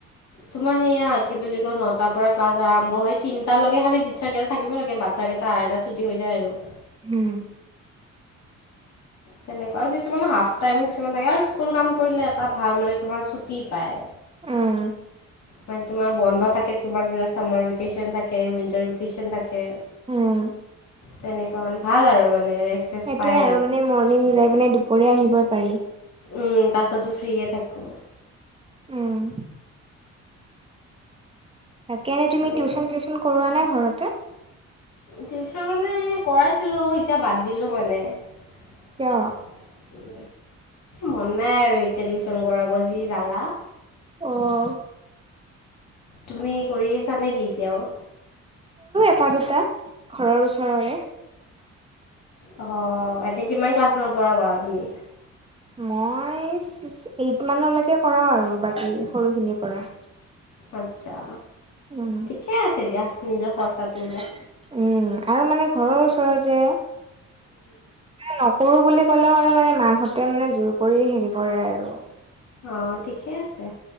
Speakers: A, on the left; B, on the right.
A: তোমৰ সেইয়া কি বুলি কয় নটাাৰ পৰা ক্লাছ আৰম্ভ হয় তিনিটালকে খালি টিচাৰ কেইটা থাকিব লাগে বাচ্ছাকেইটাৰ আঢ়ৈতত এটাত ছুটি হৈ যায় আৰু।
B: উম।
A: তেনেকুৱা আৰু কিছুমান হাফ টাই কিছুমান থাকে আৰু স্কুল কাম কৰিলে এটা ভাল মানে তোমাৰ চুটি পায়
B: উম,
A: মানে তোমাৰ বন্ধ থাকে তোমাৰ চামাৰ ভি ভিকেচন উইণ্টাৰ ভেকেশন থাকে,
B: উম,
A: তেনেকুৱা মানে ভাল আৰু মানে। ৰেষ্ট চেষ্ট
B: সেইটোয়ে
A: পায়
B: আৰু মানে মৰ্ণিং যাই পিনে দুপৰীয়া আহিবই পাৰি।
A: উম, তাৰছো ফ্ৰিয় থাক।
B: উম। তাকে তুমি
A: তেনেকুৱা
B: টিউচন, টিউচন কৰোৱানে ঘৰতে?
A: টিউচন মানে কৰাইছিলো। এতিয়া বাদ দিলোঁ মানে। এ,
B: কিয়?
A: মন নাই আৰু এতিয়া টিউচন কৰাব যি জালা।
B: অ'।
A: তুমি কৰি আছা নেকি এতিয়াও?
B: এ, দুটা ঘৰৰ ওচৰৰে।
A: আহ, এনে কিমান ক্লাছৰ পৰা কৰা তুমি?
B: মই ছিক্স এইট মানলৈকে কৰাওঁ আৰু বাকী সৰুখিনিৰ পৰা।
A: আচ্ছা
B: উম,
A: ঠিকে আছে দিয়া নিজৰ খৰচাটো
B: উম,
A: ওলাই
B: আৰু মানে ঘৰৰ ওচৰৰত যে নকৰো বুলি কলেও আৰু মানে মাকাহঁতে মানে জোৰ কৰি হেৰি কৰে আৰু।
A: অ, ঠিকেই আছে।